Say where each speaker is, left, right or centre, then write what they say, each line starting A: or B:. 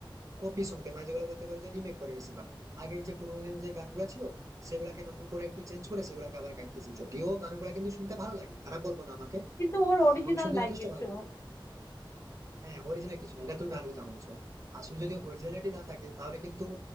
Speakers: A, on the right; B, on the left.
A: কপি সঙ্গে মানে যেগুলো বলতে পারে যে রিমেক করে বেশিরভাগ আগের যে পুরোনো দিনের যে গানগুলো ছিল সেগুলাকে নতুন করে একটু চেঞ্জ করে সেগুলাকে আবার গাইতেছে যদিও গানগুলো কিন্তু শুনতে ভালো লাগে খারাপ বলবো না আমাকে
B: কিন্তু ওর
A: আহ,
B: অরিজিনাল
A: আমাকে শুনতে
B: নাই
A: যথেষ্ট
B: কিছু
A: ভালো লাগে হ্যাঁ অরিজিনাল কিছু না এটা তুমি ভালো কথা বলছো আসলে যদি অরিজিনালিটি না থাকে তাহলে কিন্তু